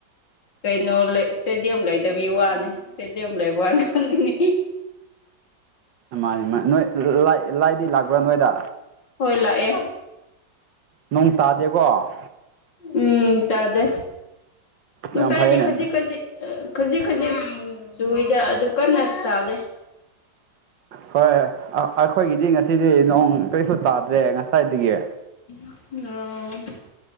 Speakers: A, on the left (about 80°); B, on the right (about 80°).
A: ꯀꯩꯅꯣ ꯂꯩ ꯏꯁꯇꯦꯗꯤꯌꯝ ꯂꯩꯗꯕꯤꯒꯤ ꯋꯥꯅꯤ ꯏꯁꯇꯦꯗꯤꯌꯝ ꯂꯩꯕ ꯋꯥꯅꯤ ꯈꯪꯒꯅꯤ
B: ꯃꯥꯅꯦ ꯃꯥ ꯅꯣꯏ ꯂꯥꯏ ꯂꯥꯏꯗꯤ ꯂꯥꯛꯄ꯭ꯔꯥ ꯅꯣꯏꯗ
A: ꯍꯣꯏ ꯂꯥꯛꯑꯦ
B: ꯅꯣꯡ ꯇꯥꯗꯦꯀꯣ
A: ꯎꯝ ꯇꯥꯗꯦ ꯉꯁꯥꯏꯗꯤ
B: ꯌꯥꯝ ꯐꯩꯌꯦꯅꯦ
A: ꯈꯖꯤꯛ ꯈꯖꯤꯛ ꯈꯖꯤꯛ ꯈꯖꯤꯛ ꯆꯨꯔꯤꯗ ꯑꯗꯨ ꯀꯟꯅ ꯆꯥꯗꯩ
B: ꯍꯣꯏ ꯑꯩꯈꯣꯏꯒꯤꯗꯤ ꯉꯁꯤꯗꯤ ꯅꯣꯡ ꯀꯔꯤꯁꯨ ꯇꯥꯗ꯭ꯔꯦ ꯉꯁꯥꯏꯗꯒꯤ
A: ꯑꯣ